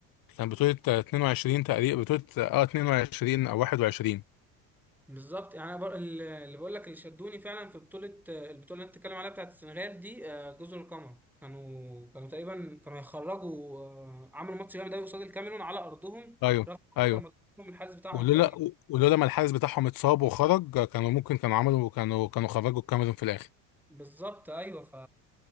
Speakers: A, on the left (about 45°); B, in the centre.
A: كان بطوله آه، 22 تقريبا بطوله اه 22 او 21
B: بالظبط يعني أنا بر- اللي بقول لك اللي شدوني فعلا في بطوله البطوله اللي انت بتتكلم عليها بتاعت السنغال دي آه، جزر القمر كانوا كانوا تقريبا كانوا هيخرجوا آه، عملوا ماتش جامد قوي قصاد الكاميرون على ارضهم
A: ايوه
B: رغم إن
A: ايوه
B: هم كانوا مكسوبين من الحارس بتاعهم
A: ولولا
B: تقريبا
A: ولولا ما الحارس بتاعهم اتصاب وخرج آه، كانوا ممكن كانوا عملوا كانوا كانوا خرجوا الكاميرون في الاخر
B: بالظبط ايوه ف